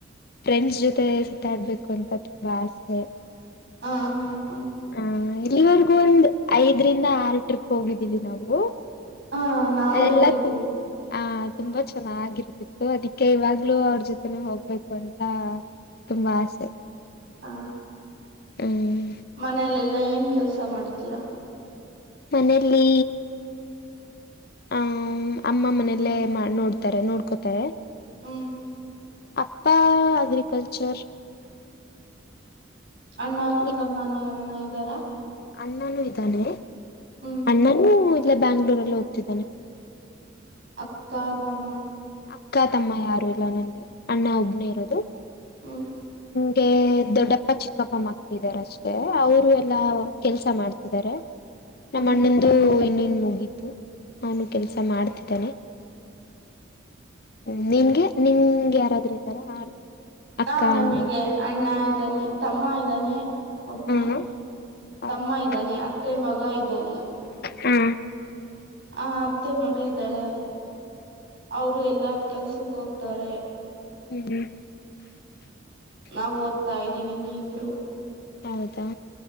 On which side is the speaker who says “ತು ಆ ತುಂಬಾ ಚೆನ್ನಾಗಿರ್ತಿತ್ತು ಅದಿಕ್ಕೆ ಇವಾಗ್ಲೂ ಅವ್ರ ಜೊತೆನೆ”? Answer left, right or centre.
Left